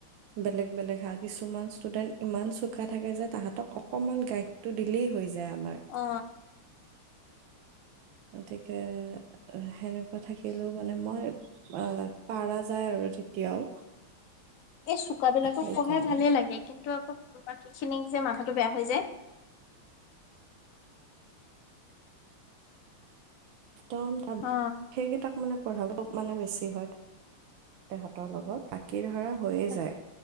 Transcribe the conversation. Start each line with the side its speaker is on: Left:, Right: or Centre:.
Right: বেলেগ বেলেগ হা কিছুমান ষ্টুডেন্ট ইমান চুকা থাকে, কে যে তাহাঁতক ক অকমান গাইডটো দিলেই হৈ যায় আমাৰ
Left: অ
Right: গতিকে সেনেকুৱা থাকিলেও মানে মই আহ পাৰা যায় আৰু তেতিয়াও।
Left: এই চোকাবিলাকক
Right: সেইকাৰণে
Left: পঢ়াই ভালে লাগে কিন্তু আকৌ বাকী খিনিক যে মাথাটো বেয়া হৈ যায়।
Right: একদম
Left: অ
Right: সেইকেইটাক মানে। পঢ়াবোৰ মানে বেছি হয় তাহাঁতৰ লগত বাকী ধৰা হৈয়ে
Left: তাকে
Right: যায়।